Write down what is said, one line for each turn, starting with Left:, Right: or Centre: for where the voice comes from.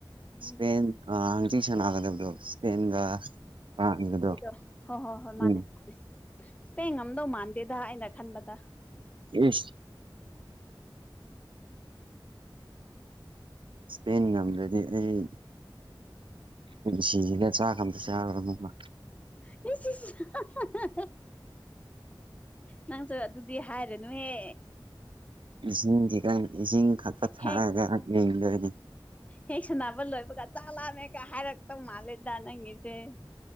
Right: ꯏꯁꯄꯦꯟ
Left: ꯎꯝ
Right: ꯍꯪꯆꯤ ꯁꯥꯟꯅꯒꯗꯕꯗꯣ ꯏꯁꯄꯦꯟꯒ ꯐ꯭ꯔꯥꯟꯁꯒꯗꯣ
Left: ꯗꯣ ꯍꯣ ꯍꯣꯏ ꯍꯣꯏ ꯃꯥꯅꯦ
Right: ꯎꯝ
Left: ꯏꯁꯄꯦꯡ ꯉꯝꯗꯧ ꯃꯥꯟꯗꯦꯗ ꯑꯩꯅ ꯈꯟꯕꯗ
Right: ꯏꯁ ꯏꯁꯄꯦꯟ ꯉꯝꯒ꯭ꯔꯗꯤ ꯑꯩ ꯄꯨꯟꯁꯤꯖꯤꯒ ꯆꯥꯛꯀ ꯑꯝꯇ ꯆꯔꯔꯣꯏ ꯃꯃꯥ
Left: <unintelligible> ꯅꯪꯁꯨ ꯑꯗꯨꯗꯤ ꯍꯥꯏꯔꯅꯨꯍꯦ
Right: ꯏꯁꯤꯡ ꯈꯤꯇꯪ ꯏꯁꯤꯡ ꯈꯛꯇ ꯊꯥꯛꯒ
Left: ꯍꯦꯛ
Right: ꯌꯦꯡꯗꯣꯏꯅꯤ
Left: ꯍꯦꯛ ꯁꯥꯟꯅꯕ ꯂꯣꯏꯕꯒ ꯆꯥꯛ ꯂꯝꯃꯦꯒ ꯍꯥꯏꯔꯛꯇꯧ ꯃꯥꯜꯂꯦꯗ ꯅꯪꯒꯤꯁꯦ